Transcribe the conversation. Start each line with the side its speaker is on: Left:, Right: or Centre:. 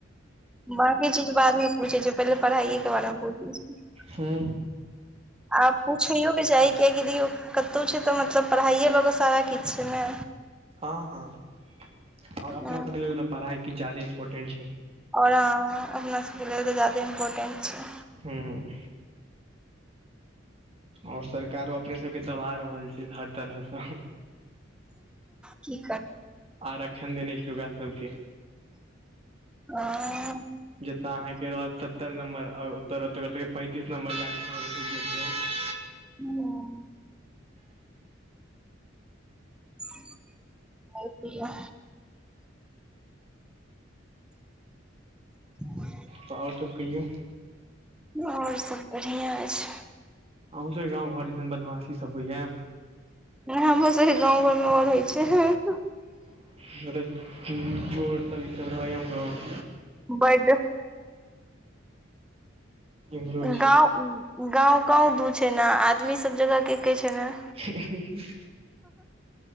Centre: बाकी चीज बादमे पूछय छय पहिले पढ़ाइये के बारे मे पूछय छय्।
Right: हूँ
Centre: आप पुछैयो के चाही कियेकी दियो- कतौ छय त, मतलब पढ़ाइए लकऽसारा किछ छै ने?
Right: हँ हँ और अपनासभके
Centre: ह
Right: लेल तऽ पढ़ाइ किछ ज्यादे इम्पोर्टेंट छै।
Centre: और हँ अपना सभके लेल तऽ ज्यादे इम्पोर्टेंट छै।
Right: हुं, और सरकारो अपने सबके दबा रहल छै, हर तरहसँ।
Centre: की कर्-
Right: आरक्षण देने छय ओकरा सबके।
Centre: आ-
Right: जत रहत अहाँ के रहत सत्तर नम्बर और ओत रहतय ओकरा सबके पैंतीस नंबर चालीस नंबर मिल जेते।
Centre: <unintelligible> <unintelligible> <inaudible>
Right: त और सब कहियौ?
Centre: और सब बढ़िया अइछ।
Right: अहूँ सबके गाँव घर दिसन बदमाशी सब होइयै।
Centre: नै हमरो सबके गाँव घरमे और होइ छै।
Right: <unintelligible> चोर सब ई सब रहयै उम्हरो?
Centre: बैड,
Right: इम्हरो छै
Centre: गांव- गाँंव गाँंव दू छै ने, आदमी सब जगह के एक्के छै ने।
Right: <unintelligible>